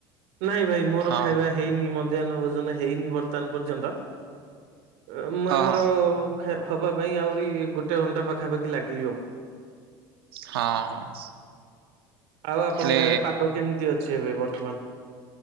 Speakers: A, on the right; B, on the right.
A: ନାଇଁ ଭାଇ ମୋର
B: ହଁ
A: ଖାଇବା ହେଇନି ମ ମଧ୍ୟାନ ଭୋଜନ ହେଇନି ବର୍ତ୍ତମାନ ପର୍ଯ୍ୟନ୍ତ ଅମ୍
B: ହଁ
A: ଆମର
B: ହଁ
A: ଖା ହବାପାଇଁ ଆହୁରି ଗୋଟେ ଘଣ୍ଟା ପାଖାପାଖି ଲାଗିବ।
B: ହଁ ହଁ।
A: ଆଉ ଆପଣଙ୍କ
B: ହେଲେ
A: ଆଡେ ପାଗ କେମତି ଅଛି ଏବେ ବର୍ତ୍ତମାନ।